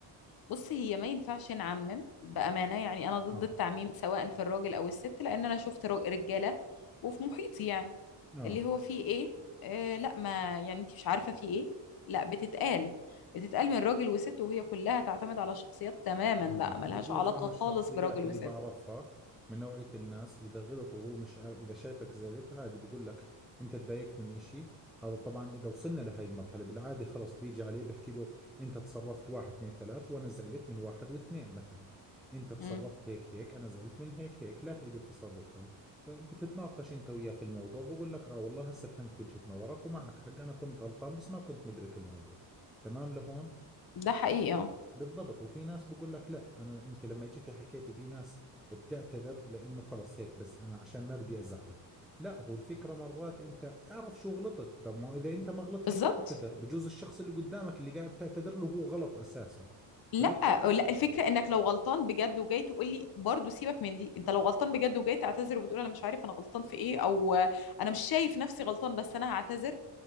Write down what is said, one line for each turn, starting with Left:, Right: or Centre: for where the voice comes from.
Left: بص هي ما ينفعش نعمم بامانه يعني انا ضد
Centre: اه
Left: التعميم سواء في الراجل او الست لان انا شفت را- رجاله وفي محيطي يعني
Centre: اه
Left: اللي هو فيه ايه آه لا ما يعني انت مش عارفة فيه ايه لا بتتقال بتتقال من راجل وست وهي كلها تعتمد على الشخصيات تماما
Centre: مم.
Left: بقى ملهاش
Centre: بجوز
Left: علاقة
Centre: انا
Left: خالص
Centre: الشخصيات
Left: براجل
Centre: اللي
Left: وست
Centre: بعرفها من نوعية الناس اذا غلطوا هو مش عارف اذا شايفك زعلت عادي بقول لك انت تضايقت من اشي هذا طبعا اذا وصلنا لهي المرحلة بالعادة خلص بيجي عليه بحكي له انت تصرفت واحد اثنين ثلاث وانا زعلت من واحد واثنين مثلا انت تصرفت
Left: مم.
Centre: هيك هيك انا زعلت من هيك هيك لا تعيد التصرف هذا أه، بتتناقش انت وياه في الموضوع بقول لك اه والله هسه فهمت وجهة نظرك ومعك حق انا كنت غلطان بس ما كنت مدرك الموضوع تمام لهون
Left: ده حقيقي اه
Centre: بالضبط وفي ناس بقول لك لا انا انت لما جيتي حكيتي في ناس بتعتذر لانه خلص هيك بس انا عشان ما بدي ازعلك لا هو الفكره مرات انت اعرف شو غلطت طب ما اذا انت ما غلطت
Left: بالظبط
Centre: ليش تعتذر بجوز الشخص اللي قدامك اللي قاعد تعتذر له هو غلط اساسا
Left: لا
Centre: فليش تعتذر
Left: لا الفكرة
Centre: له؟
Left: انك لو غلطان بجد وجاي تقول لي برضه سيبك من دي انت لو غلطان بجد وجاي تعتذر وبتقول انا مش عارف انا غلطان في ايه او انا مش شايف نفسي غلطان بس انا هعتذر